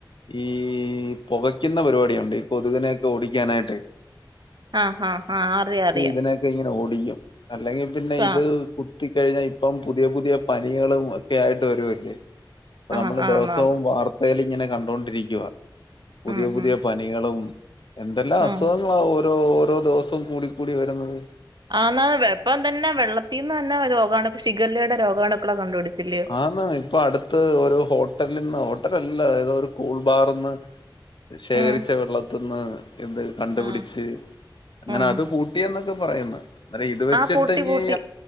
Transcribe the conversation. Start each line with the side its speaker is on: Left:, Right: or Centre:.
Left: ഈ പുകയ്ക്കുന്ന പരിപാടിയുണ്ട് കൊതുകിനെൊക്കെ ഓടിക്കാനായിട്ടേ
Right: ആഹ് ആഹ് ആഹ് അറിയ അറിയാം
Left: ഇതിനൊക്കെ ഇങ്ങനെ ഓടിക്കും അല്ലെങ്കിൽ പിന്നെ
Right: ആഹ്
Left: ഇത് കു കുത്തി കഴിഞ്ഞാൽ ഇപ്പം പുതിയ പുതിയ പനികളും ഒക്കെ ആയിട്ട് വരു വല്ലേ
Right: ആഹ്
Left: നമ്മള്
Right: ആന്നാന്ന്
Left: ദിവസവും വാർത്തയിൽ ഇങ്ങനെ കണ്ടൊണ്ടിരിക്കവാ പുതിയ
Right: ഉം
Left: പുതിയ
Right: ഉം
Left: പനി പനികളും എന്തെല്ലാം
Right: ഉം
Left: അസുഖങ്ങളാ ഓരോ ഓരോ ദിവസം കൂടി കൂടി വരുന്നത്
Right: ആന്നാ ഇപ്പം തന്നെ വെള്ളത്തിൽന്ന് തന്നെ രോഗമാണ് ഇപ്പം ശിഖലയുടെ രോഗാണ് ളെ കണ്ട് പിടിച്ചില്ലേ
Left: ആന്നാ ഇപ്പൊ അടുത്ത് ഒരു ഹോട്ടലന്ന് ഹോട്ടലല്ല ഏതാ ഒരു കൂൾബാർന്ന് ശേഖരിച്ച
Right: ഉം
Left: വെള്ളത്ത്ന്ന് എന്ത് കണ്ടുപിടിച്ച്
Right: ഉം
Left: അങ്ങനെ
Right: ഉം
Left: അത് പു ട്ടി എന്നൊക്കെ പറയുന്നു അ ഇത് വെച്ചിട്ട്
Right: ആഹ് പൂട്ടി
Left: ഇനി
Right: പൂട്ടി